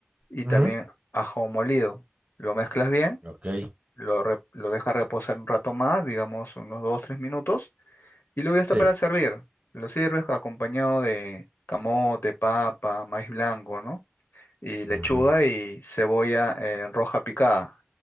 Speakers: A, on the left; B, on the right.
A: y
B: Ujú,
A: también ajo molido. Lo mezclas bien
B: Ok,
A: lo, re- lo deja reposar un rato más, digamos unos dos tres minutos, y luego ya está
B: sí.
A: para servir. Lo sirves acompañado de camote, papa, maíz blanco, ¿no? Y lechuga
B: ujú.
A: y cebolla eh, roja picada.